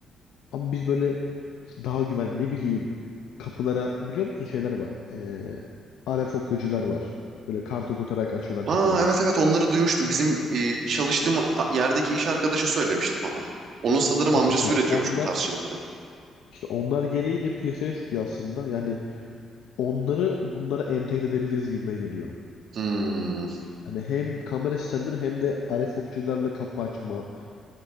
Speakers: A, on the left; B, on the right.
A: Ama biz böyle daha güven ne bileyim kapılara biliyor musun şeyler var. Ee, RF okuyucular var. Böyle kart okutarak açıyorlar
B: Aa
A: kapıları.
B: evet evet onları duymuştum. Bizim e, çalıştığım a- yerdeki iş arkadaşı söylemişti bana. Onun sanırım
A: Bak
B: amcası
A: mesela
B: üretiyormuş
A: onlar
B: bu tarz şeyleri.
A: işte onlar yeni yeni piyasaya çıkıyor aslında. Yani onları bunlara entegre edebiliriz gibime geliyor.
B: Hmm,
A: Hani hem kamera sistemleri hem de RF okuyucularla kapı açma,